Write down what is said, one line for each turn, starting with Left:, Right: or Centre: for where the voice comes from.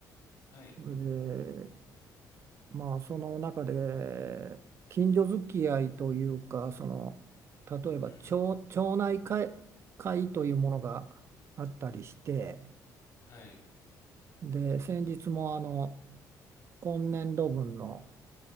Left: はい、
Right: それでまあその中で近所付き合いというかその例えば町、
Left: うん、
Right: 町内会、会というものがあったりして
Left: はい、
Right: で先日もあの今年度分の